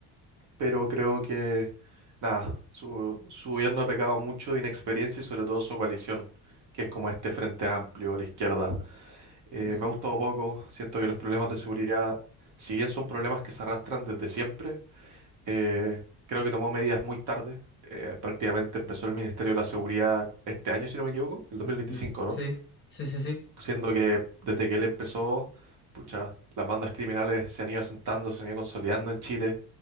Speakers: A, on the right; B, on the left.
A: pero creo que, nada, su, su gobierno ha pecado mucho de inexperiencia y sobre todo su coalición, que es como este Frente Amplio, la izquierda. Eh,
B: ¿Mm?
A: me ha gustado poco, siento que los problemas de seguridad, si bien son problemas que se arrastran desde siempre, eh, creo que tomó medidas muy tarde. Eh, prácticamente empezó el Ministerio de la Seguridad este año, si no me equivoco, el 2025,
B: Mm, mm.
A: ¿no?
B: Sí, sí, sí, sí.
A: Siendo que desde que él empezó, pucha, las bandas criminales se han ido asentando, se han ido consolidando en Chile,